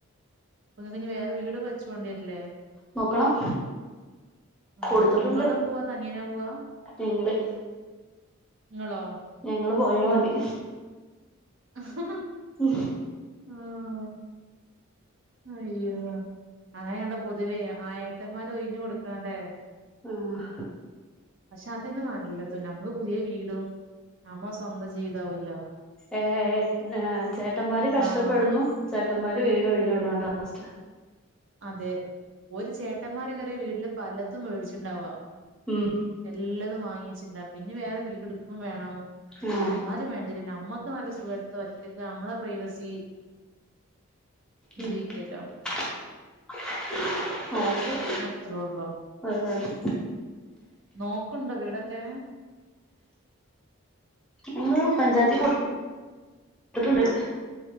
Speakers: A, on the right; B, in the centre.
A: അപ്പ നിങ്ങക്ക് ഇനി വേറേ വീട് വെച്ച് പോണ്ടിവേരൂലേ
B: നോക്കണം കൊടുത്തിട്ടുണ്ട്
A: മ് ഇങ്ങണോ പോവാ അതോ അനിയനോ പോവാ
B: ഞങ്ങള്
A: ഇങ്ങളോ
B: ഞങ്ങള് പോയാ മതി
A: ആഹ്
B: ഉ
A: ആഹ് അയ്യോ അങ്ങനെയാണലോ പൊതുവേ ആഹ് എട്ടന്മാര് ഒഴിഞ് കൊടുക്കാണല്ലേ
B: ആഹ്
A: പക്ഷെ അതന്നെ നല്ലത് നമ്മക്ക് പുതിയ വീടും നമ്മ സ്വന്തം ജീവിതാവല്ലോ
B: ഏഹ് ഏഹ് ഏഹ് ചേട്ടന്മാര് കഷ്ടപ്പെടുന്നു
A: ആഹ്
B: ചേട്ടന്മാര് വീട് ഒഴിഞ്ഞു കൊടുക്കണം ലാസ്റ്റ്
A: അതെ ഒരു ചേട്ടന്മാര് കേറിയ വീട്ടില് പലതും മേടിച്ചിണ്ടാവാ
B: ഉം
A: എല്ലതും വാങ്ങിച്ചിണ്ടാവും പിന്നെ വേറെ വീടെടുക്കും വേണം പക്ഷെ
B: ആ.
A: എന്നാലും വേണ്ട ഇ നമ്മക്ക് നല്ല സുഖത്ത് ഒറ്റക്ക് നമ്മളെ പ്രൈവസി
B: ഉം.
A: ജീവിക്കല്ലോ
B: <unintelligible>
A: അത്രേള്ളൂ
B: വേറെ അത്.
A: നോക്ക്ണ്ടോ വീടൊക്കെ
B: നമ്മ പഞ്ചായത്തി കൊടുത്തിട്ടുണ്ട്